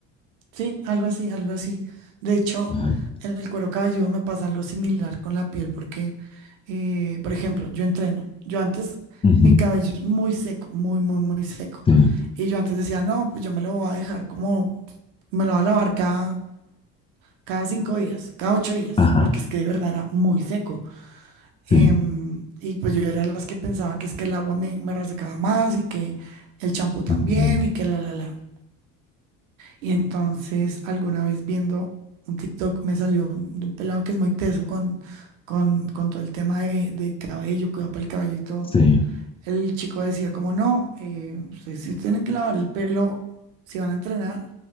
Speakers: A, on the right (about 90°); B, on the left (about 15°).
A: Sí, algo así, algo así. De hecho,
B: Ay,
A: en el cuero cabelludo me pasa algo similar con la piel, porque, eh, por ejemplo, yo entreno. Yo antes,
B: ujú,
A: mi cabello es muy seco, muy, muy, muy seco.
B: sí,
A: Y yo antes decía, no, pues yo me lo voy a dejar como, me lo voy a lavar cada, cada cinco días, cada ocho días,
B: ajá,
A: porque es que de verdad era muy seco.
B: sí,
A: Em, y pues yo era de las que pensaba que es que el agua me, me resecaba más y que el champú también
B: mm,
A: y que la, la, la. Y entonces alguna vez viendo un TikTok me salió un- de un pelado que es muy teso con, con, con todo el tema de, de cabello, cuidado para el cabello y todo.
B: sí.
A: El chico decía como no, eh, ustedes sí tienen que lavar el pelo si van a entrenar,